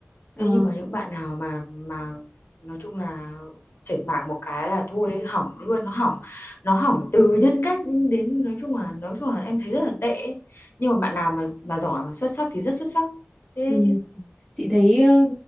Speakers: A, in the centre; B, on the left.
A: ờ
B: thế nhưng mà những bạn nào mà mà nói chung là chỉnh mạng một cái là thôi
A: thì,
B: ấy, hỏng luôn nó hỏng nó hỏng từ nhân cách đến nói chung là nói chung là em thấy rất là tệ ấy. nhưng mà bạn nào mà mà giỏi mà xuất sắc thì rất xuất sắc thế
A: ừ.
B: chứ
A: Chị thấy ờ,